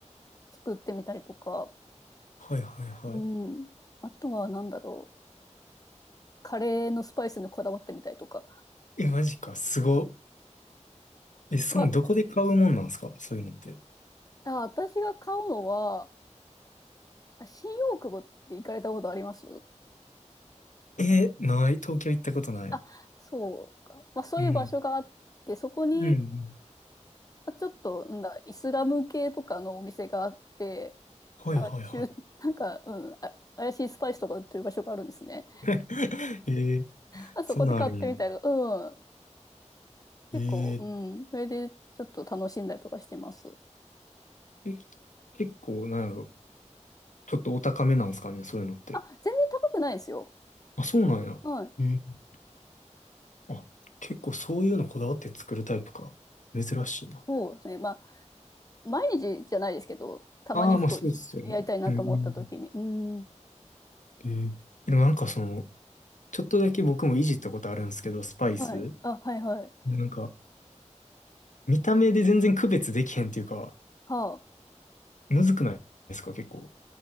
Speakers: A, on the left; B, on the left.
A: 作ってみたりとか、
B: はいはいはい。
A: うん。あとは何だろう。カレーのスパイスにこだわってみたりとか。
B: え、マジか、すご。え、その、
A: は、
B: どこで買うもんなんですかそういうのって。
A: あ、あ私が買うのは、あ新大久保って行かれたことあります
B: え、ない。東京行ったことない。
A: あ、そうか。まあそういう場所があって、
B: うん。
A: そこに、
B: うんうん。
A: まあちょっと、なんだ、イスラム系とかのお店があって、
B: はいはいはい。
A: なんか中、なんか、うん、あ、怪しいスパイスとか売ってる場所があるんですね。
B: <laughs> ええ、
A: あそこで買ってみたりとか、
B: そんなんあるんや。
A: うん。結構、
B: ええ。
A: うん。それでちょっと楽しんだりとかしてます。
B: え、結構、なんやろ。ちょっとお高めなんですかね、そういうのって。
A: あ、全然高くないですよ。
B: あ、そうなんや。
A: はい。
B: うん。あ、結構そういうのこだわって作るタイプか。珍しいな。
A: そうですね。まあ、毎日じゃないですけど、たまにふとやりたいなと思った時に。
B: ああ、まあそうですよね。うん。
A: うん。
B: うん。でもなんかその、ちょっとだけ僕もいじったことあるんですけど、スパイス。
A: はい。あ、はいはい。
B: なんか、見た目で全然区別できへんっていうか、
A: はあ。
B: むずくないですか、結構。